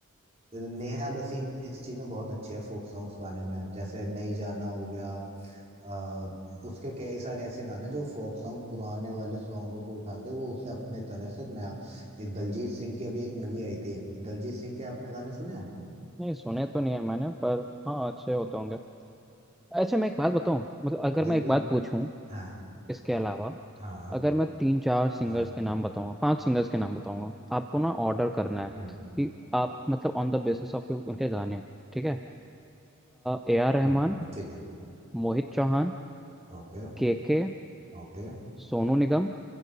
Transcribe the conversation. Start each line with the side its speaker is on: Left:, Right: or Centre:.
Right: नेहा बसीन इस चीज में बहुत अच्छी है फोक सॉन्ग्स गाने में जैसे नई जाना हो गया आ, उसके कई सारे ऐसे गाने जो फोक सॉन्ग पुराने वाले सॉन्गों को उठा के वो उसे अपने तरह से नया ये दलजीत सिंह की अभी एक मूवी आई थी दलजीत सिंह के आपने गाने सुने हैं
Centre: नहीं सुने तो नहीं है मैंने पर हाँ अच्छे होते होंगे अच्छा मैं एक बात बताऊं मतलब अगर मैं
Right: दलजीत
Centre: एक बात पूछूं
Right: हाँ
Centre: इसके अलावा
Right: हाँ हाँ
Centre: अगर मैं तीन चार सिंगर्स
Right: हाँ।
Centre: के नाम बताऊंगा पांच सिंगर्स के नाम बताऊंगा आपको ना ऑर्डर करना है
Right: हम्म
Centre: कि आप मतलब ऑन द बेसिस ऑफ उनके गाने ठीक है A R Rahman
Right: हम्म ठीक है
Centre: Mohit Chauhan
Right: Okay
Centre: K K
Right: Okay
Centre: Sonu Nigam